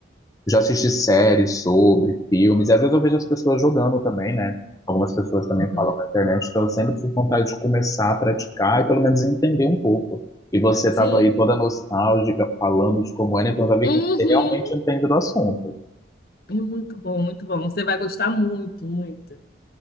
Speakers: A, on the left (about 20°); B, on the left (about 55°).
A: eu já assisti séries sobre, filmes, e às vezes eu vejo as pessoas jogando também, né? Algumas pessoas também
B: Uhum.
A: falam na internet, então eu sempre tive vontade de começar a praticar e pelo menos entender um pouco. E você estava
B: Sim,
A: aí toda nostálgica, falando de como era, então já vi
B: uhum.
A: que você realmente entende do assunto.
B: É muito bom, muito bom. Você vai gostar muito, muito.